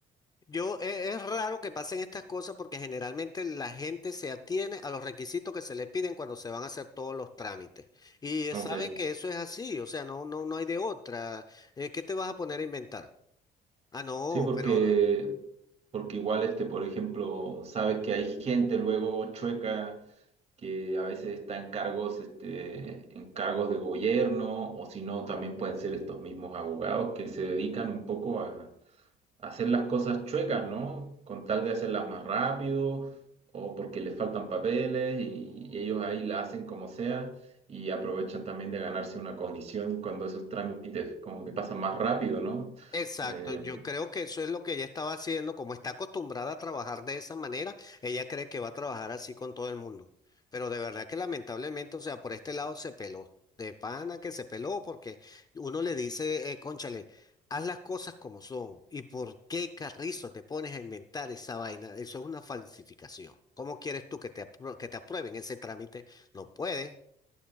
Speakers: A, on the left (about 20°); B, on the right (about 40°).
A: Yo, e- es raro que pasen estas cosas porque generalmente la gente se atiene a los requisitos que se le piden cuando se van a hacer todos los trámites. Y
B: Ok.
A: sabe que eso es así, o sea, no, no, no hay de otra. Eh, ¿qué te vas a poner a inventar? Ah, no,
B: Sí, porque,
A: pero
B: porque igual, este, por ejemplo, sabes que hay gente luego chueca que a veces está en cargos, este, en cargos de gobierno, o si no, también pueden ser estos mismos abogados que se dedican un poco a hacer las cosas chuecas, ¿no? Con tal de hacerlas más rápido o porque les faltan papeles y, y ellos ahí la hacen como sea y aprovechan también de ganarse una comisión cuando esos trámites como que pasan más rápido, ¿no?
A: Exacto,
B: Eh,
A: yo creo que eso es lo que ella estaba haciendo, como está acostumbrada a trabajar de esa manera, ella cree que va a trabajar así con todo el mundo. Pero de verdad que lamentablemente, o sea, por este lado se peló, de pana que se peló, porque uno le dice, eh, cónchale, haz las cosas como son, ¿y por qué carrizo te pones a inventar esa vaina? Eso es una falsificación. ¿Cómo quieres tú que te, apro- que te aprueben ese trámite? No puede.